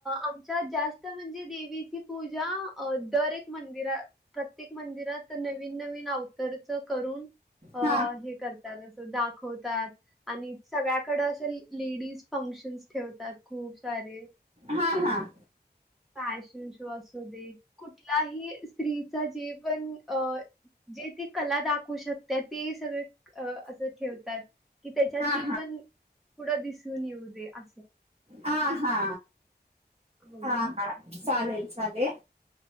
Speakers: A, in the centre; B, on the right (about 40°).
A: आमच्यात जास्त तर म्हणजे देवीची पूजा दर एक मंदिरात. प्रत्येक मंदिरात नवीन नवीन अवतारच करून अ
B: हा
A: हे कर त्यात असं दाखवतात आणि सगळ्या कडे असं लेडीज फंक्श फम्शान ठेवतात खूप सारे.
B: हा, हा
A: फॅशन शो असू दे कुठलाही स्त्रीचा जे पण अ जे ती कला दाखवू शकत, ते सगळे असं ठेवतात. कि त्याच्यात
B: हा
A: ती पण पुढं दिसून येऊ दे असं.
B: आ हा,
A: हो.
B: आ हा. चालेल, चालेल